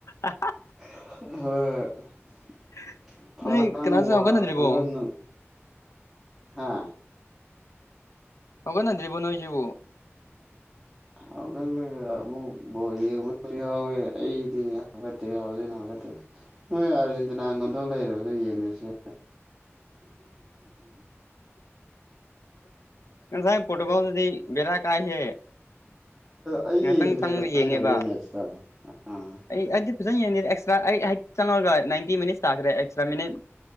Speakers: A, on the left; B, in the centre.
A: ꯑ
B: <inaudible>
A: <inaudible>
B: ꯐꯛꯥꯡ
A: ꯀꯅꯥꯁꯨ
B: ꯋꯥ
A: ꯍꯧꯒꯠꯅꯗ꯭ꯔꯤꯕꯣ
B: ꯐꯖꯅ ꯍꯥ
A: ꯍꯧꯒꯠ ꯅꯟꯗ꯭ꯔꯤꯕꯣ ꯅꯣꯏ ꯁꯤꯕꯨ
B: ꯍꯧꯒꯠꯂꯦ ꯑꯃꯨꯛ ꯕꯣꯜ ꯌꯦꯡꯕꯁꯨ ꯌꯥꯎꯋꯦ ꯑꯩꯗꯤ ꯍꯧꯒꯠꯇ꯭ꯔꯤ ꯍꯧꯖꯤꯛ ꯃꯣꯏ ꯑꯥꯔꯖꯦꯟꯇꯤꯅꯥ ꯉꯝꯗꯧ ꯂꯩꯔꯕꯗꯣ ꯌꯦꯡꯗ꯭ꯔꯁꯨ ꯌꯥꯢ
A: ꯉꯁꯥꯏ ꯄ꯭ꯔꯣꯇꯨꯒꯣꯗꯨꯗꯤ ꯕꯦꯔꯥ ꯀꯥꯢꯍꯦ
B: ꯑꯩ
A: ꯉꯍꯥꯛꯇꯪ
B: ꯌꯦꯡꯗ꯭ꯔꯦ
A: ꯆꯪꯉ
B: ꯀꯃꯥꯏꯅ
A: ꯌꯦꯡꯉꯦꯕ
B: ꯇꯧꯒꯦ ꯃꯦꯠꯁꯇꯣ ꯑꯥ
A: ꯑꯩ ꯑꯗꯨ ꯐꯖꯅ ꯌꯦꯡꯗꯦꯗ ꯑꯦꯁꯇ꯭ꯔꯥ ꯑꯩ ꯍꯦꯛ ꯆꯪꯉꯒ ꯅꯥꯏꯟꯇꯤ ꯃꯤꯅꯤꯠꯁ ꯇꯥꯈ꯭ꯔꯦ ꯑꯦꯛꯁꯇ꯭ꯔꯥ ꯃꯤꯅꯤꯠ